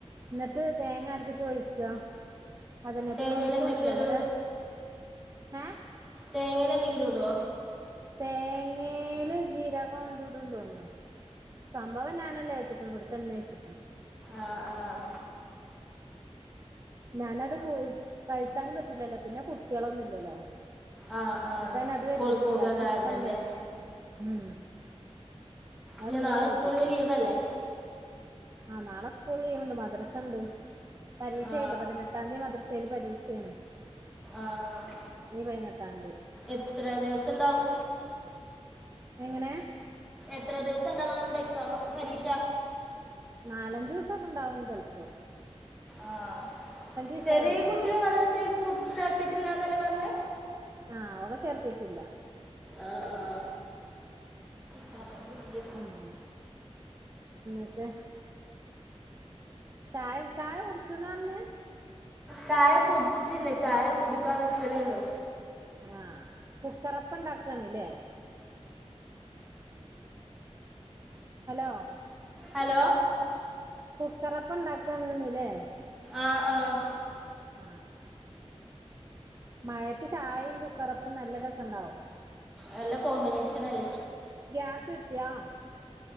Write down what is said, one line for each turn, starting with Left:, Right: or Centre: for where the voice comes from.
Right: എന്നിട്ട് തേങ്ങ അരച്ചിട്ട് ഒഴിക്കുകാ അതന്നെ
Centre: തേങ്ങയിൽ
Right: തൂമിക്കോന്നൂല്ല
Centre: എന്തൊക്കെ ഇട്
Right: ഇവടെ ഏഹ്
Centre: തേങ്ങേല് എന്തെങ്കിലും ഇടുവോ
Right: തേങ്ങേല് ജീരകോം ഇതും ഇടൂന്ന് തോന്നുന്നു സംഭവം ഞാനല്ല വെച്ച്ക്കണു ഇവിടുത്തെ ഉമ്മയാ വെച്ച്ക്കണു
Centre: ആഹ് ആഹ്
Right: ഞാനത് കു കഴിക്കാനും പറ്റൂല്ലല്ലോ പിന്നെ കുട്ട്യളൊന്നും ഇല്ലല്ലോ
Centre: ആ ആ
Right: അപ്പൊ പിന്നെ അത്
Centre: സ്കൂളിൽ
Right: വെച്ചിട്ടില്ല
Centre: പോകുക
Right: അതും
Centre: കാരണം
Right: ഇവിടത്തെ ഉമ്മ
Centre: അല്ലേ
Right: മ്ഹ് അത്
Centre: ഇനി
Right: ഇന്നല്ലേ
Centre: നാളെ സ്കൂളിന്
Right: വെച്ച്ക്കണ്
Centre: ലീവല്ലേ
Right: ആഹ് നാളെ സ്കൂള് ലീവ്ണ്ട് മദ്രസണ്ട് പരീക്ഷ
Centre: ആ
Right: ആയില്ലേ പതിനെ ട്ടാന്തി മദ്രസേല് പരീക്ഷേണ്
Centre: ആഹ്
Right: ഈ പയ്നെട്ടാന്തി
Centre: എത്ര ദിവസണ്ടാവും
Right: എങ്ങനെ
Centre: എത്ര ദിവസം ഇണ്ടാവും ഓന്റെ എക്സാമ് പരീക്ഷ
Right: നാലഞ്ച് ദിവസൊക്കെ ഇണ്ടാവും ചെൽപ്പോ
Centre: ആഹ്
Right: വിഷയല്ലേ
Centre: ചെറിയേ കുട്ടിനെ മദ്രസേൽ കു ചേർത്തിട്ടില്ലാന്നല്ലേ പർഞ്ഞേ
Right: ആഹ് ഓളെ ചേർത്തിട്ടില്ല
Centre: ആഹ് ആഹ് കറന്റ് ഇല്യ
Right: ഉം എന്നിട്ട് ചായ ചായ കുടിച്ചൂന്ന് പറഞ്ഞ്
Centre: ചായ കുടിച്ചിട്ടില്ല ചായ കുടിക്കാൻ നിക്കണേ ഉള്ളൂ
Right: ആഹ് കുക്കറപ്പം ഇണ്ടാക്കാണ് ല്ലേ ഹലോ
Centre: ഹലോ
Right: കുക്കറപ്പം ഇണ്ടാക്കാണ്ന്ന് ലേ
Centre: ആഹ് ആഹ്
Right: ആ മഴത്ത് ചായയും കുക്കറൊപ്പം നല്ല രസംണ്ടാവും
Centre: നല്ല കോമ്പിനേഷൻ അല്ലേ
Right: ഗ്യാസ് കിട്ടയാാ